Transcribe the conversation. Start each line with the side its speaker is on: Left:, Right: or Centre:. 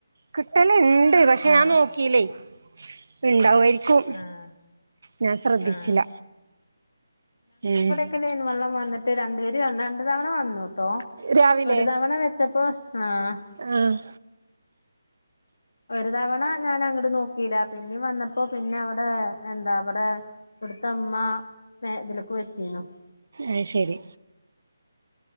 Right: കിട്ടലിണ്ട് പക്ഷെ
Left: ആഹ്
Right: ഞാൻ നോക്കീല്ലേയ് ഇണ്ടാവായിരി ക്കും.
Left: ആഹ്
Right: ഞാൻ ശ്രദ്ധിച്ചില
Left: ആഹ്
Right: ഉം
Left: ക്ക് ലൈൻ വെള്ളം വന്നിട്ട് രണ്ടുപേര് രണ്ടു തവണ വന്നുട്ടോ
Right: രാവിലെ
Left: ഒരു തവണ വെച്ചപ്പോ ആഹ്
Right: ആഹ്
Left: ഒരു തവണ ഞാനങ്ങട് നോക്കിയില്ല, പിന്നിം വന്നപ്പോ പിന്നെവിടെ എന്താ ബടെ വിട്ത്തമ്മ മേതില്ക്ക് വെച്ചീനു
Right: അയ്ശെരി